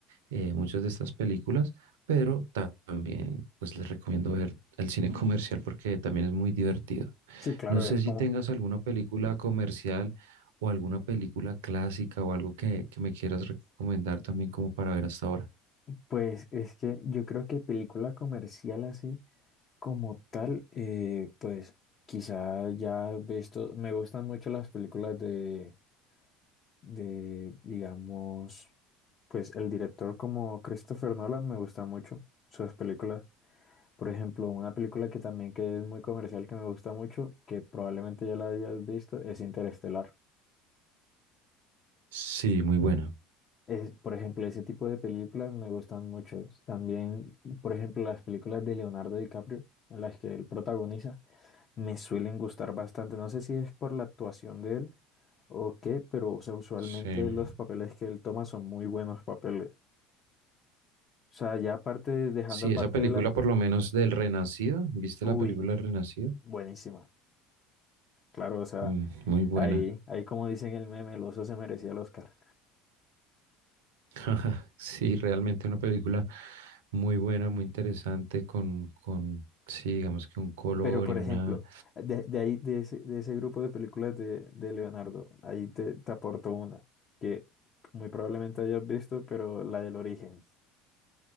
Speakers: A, on the right; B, on the left.
A: eh, muchas de estas películas, pero ta- también pues les recomiendo ver el cine comercial porque también es muy divertido.
B: Sí, claro,
A: No sé
B: es
A: si
B: como,
A: tengas alguna película comercial o alguna película clásica o algo que, que me quieras recomendar también como para ver hasta ahora.
B: pues es que yo creo que película comercial así como tal, eh, pues quizá ya he visto, me gustan mucho las películas de, de, digamos, pues el director como Christopher Nolan me gusta mucho sus películas. Por ejemplo, una película que también que es muy comercial, que me gusta mucho, que probablemente ya la hayas visto, es Interestelar.
A: Sí, muy buena.
B: Es, por ejemplo, ese tipo de películas me gustan mucho. También, por ejemplo, las películas de Leonardo DiCaprio, en las que él protagoniza, me suelen gustar bastante. No sé si es por la actuación de él o qué, pero o sea, usualmente
A: Sí.
B: los papeles que él toma son muy buenos papeles. O sea, ya aparte, dejando
A: Sí,
B: aparte
A: esa película
B: de las... pe-
A: por lo menos del Renacido. ¿Viste
B: Uy,
A: la película del Renacido?
B: buenísima. Claro, o sea...
A: Mm, muy buena.
B: Ahí, ahí como dicen el meme, el oso se merecía el Oscar.
A: <laughs> Sí, realmente una película muy buena, muy interesante, con, con, sí, digamos que un color
B: Pero, por
A: y una...
B: ejemplo, de, de ahí, de ese, de ese grupo de películas de, de Leonardo, ahí te, te aporto una que muy probablemente hayas visto, pero la del origen.